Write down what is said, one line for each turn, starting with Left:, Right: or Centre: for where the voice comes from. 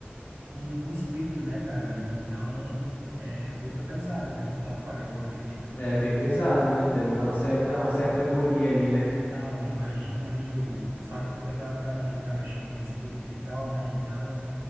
Right: com, com o espírito, né, cara, ali. Então, é coisa pesada, né? Então, cara, eu acredito que
Left: É bem pesado, né? Deve dar uma certa, uma certa agonia ali, né?
Right: Então, imagina aí o, sabe, toda aquela trama ali ficar mexendo com o espírito e tal, né? Então,